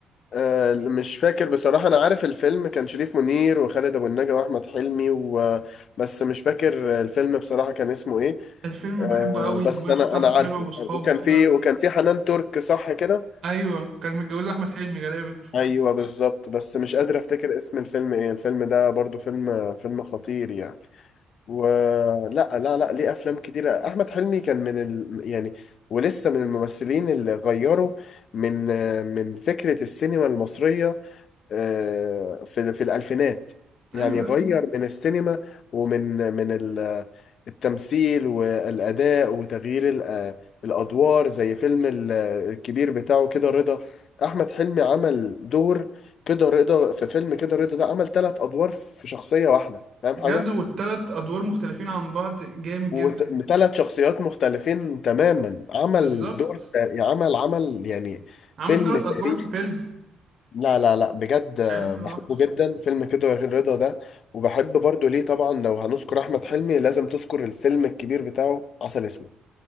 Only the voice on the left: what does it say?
آه، مش فاكر بصراحة أنا عارف الفيلم كان شريف منير وخالد أبو النجا وأحمد حلمي و... بس مش فاكر الفيلم بصراحة كان اسمه إيه
آه،
بس أنا
أنا عارفه
وكان
فيه وكان فيه حنان ترك صح كده
ايوه بالظبط بس مش قادر افتكر اسم الفيلم ايه الفيلم ده برضو فيلم فيلم خطير يعني ولا لا لا ليه افلام كتيره احمد حلمي كان من ال... يعني ولسه من الممثلين اللي غيروا من من فكره السينما المصريه آه، في في الألفينات يعني
غير
من السينما ومن من ال- التمثيل والأداء وتغيير ال- الأدوار زي فيلم ال- الكبير بتاعه كده رضا أحمد حلمي عمل دور كده رضا في فيلم كده رضا ده عمل ثلاث أدوار في شخصية واحدة فاهم
حاجة؟
وثلاث
شخصيات مختلفين تماما عمل
دور عمل عمل يعني
فيلم
تاريخي
لا لا لا بجد
آه،
بحبه جدا فيلم كده يا غير رضا ده وبحب برضو ليه طبعا لو هنذكر احمد حلمي لازم تذكر الفيلم الكبير بتاعه عسل اسود